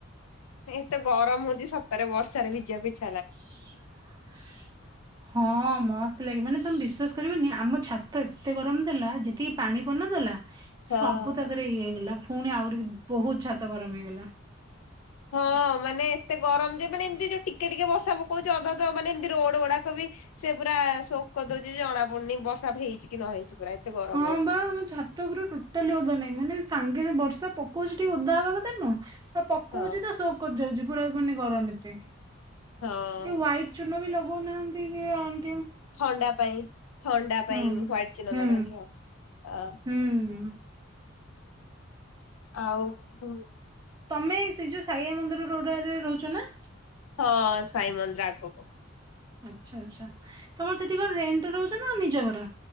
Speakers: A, on the left (about 85°); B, on the right (about 20°).
A: ଏତେ ଗରମ ହଉଛି ସଟରେ ବର୍ଷାରେ ଭିଜିବା ଇଛା
B: <unintelligible> ହଁ ମସ୍ତଲାଗେ ମାନେ ତମ ବି ବିଶ୍ୱାସ କରିବନି ଆମ ଛାତ ଏତେ ଗରମ ଦେଲା ଯେତିକି ପାଣି ପନ୍ନ ଦେଲା
A: ହଁ।
B: ସବୁ ତକରେ ଇଏ ହେଇଗଲା ପୁଣି ଆହୁରି ବହୁତ ଛାତ ଗରମ ହେଇଗଲା
A: ହଁ ମାନେ ଏତେ ଗରମ ଯେ ମାନେ ଏମିତି ଯୋଉ ଟିକେ ଟିକେ ବର୍ଷା ପକଉଛି ଅଧା ଅଧୁଆ ତ ମାନେ ଏମିତି ରୋଡ ଗୁଡାକ ବି ସେ ପୁରା ଶୋକ ଦଉଛି ଜଣା ପଡୁନି ବର୍ଷା ହେଇଛି କି ନ ହେଇଛି ପୁରା ଏତେ ଗରମରେ।
B: ହଁ ବା ଆମ ଛାତ ଉପୁରେ ଟୋଟାଲି ଓଦା ନାହିଁ ମାନେ ସାଙ୍ଗେ ବ ବର୍ଷା ପକଉଛି ଟିକେ ଓଦାବା କଥା ନୁହଁ ତ ପକଉଛି
A: ହଁ
B: ତ ସୋ କରି ଯାଉଛି ପୁରା କୁହନି ଗରମ ଏତେ।
A: ହଁ
B: ଯୋଉ ହ୍ବାଇଟ୍ ଚୁନ ବି ଲ ଗଉ ନାହାନ୍ତି ଯେ ଆମ୍
A: ଥଣ୍ଡା ପାଇଁ ଥଣ୍ଡା ପାଇଁ
B: ହୁଁ
A: ହ୍ୱାଇଟ୍ ଚୁନ
B: ହୁଁ
A: ଲଗାନ୍ତି ଆଉ। ଅ,
B: ହୁଁ
A: ଆଉ <unintelligible>
B: ତୋମେ ସେ ଯୋଉ ସାଇଆ ମନ୍ଦିର ରୋଡା ରେ ରହୁଛ ନା?
A: ହଁ ସାଇ ମନ୍ଦିର ଆଗକୁ।
B: ଆଚ୍ଛା ଆଚ୍ଛା ତୋମର ସେଠି କଣ ରେଣ୍ଟ ରହୁଛ ନା ନିଜ ଘର?